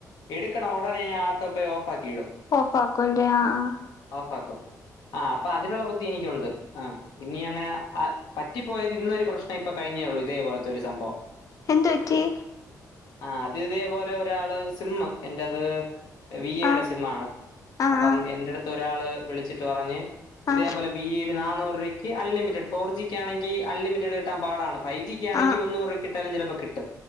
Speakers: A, on the left; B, on the left.
A: എടുക്കണം ഉടനെ ഞാൻ ആട്ടോ പേ ഓ ഫാക്കിടും.
B: ഓഫ് ആക്കുവല്ലേ ആ ആ
A: ഓഫാക്കും. ആ അപ്പൊ അതിനുള്ള ബുദ്ധി എനിക്കുണ്ട്. ആ ഇനി അങ്ങനെ ആ പറ്റി പോയത് ഇന്നൊരു പ്രശ്നം ഇപ്പൊ കഴിഞ്ഞേള്ളു. ഇതേപോലത്തെ ഒരു സംഭവം.
B: എന്ത് പറ്റി
A: ആ അത് ഇതേപോലെ ഒരാള് സിമ്മ് എന്റേത് വി എയുടെ
B: ആ
A: സിംമ്മാണ്
B: ആ
A: അപ്പം
B: ആ
A: എന്റടുത്ത് ഒരാള് വിളിച്ചിട്ട് പറഞ്ഞ്
B: ആ
A: ഇതേപോലെ
B: ആ
A: വി ഐ ല് നാനൂറ് രൂക്ക് അൺലിമിറ്റഡ് ഫോർ ജി കാണ അൺലിമിറ്റട് ട്ടാൻ പാടാണ്. ഫൈവ ജിക്ക് ആണെങ്കി
B: ആ
A: മുന്നൂറ് രൂ ട്ടാലും ചെലപ്പ കിട്ടും.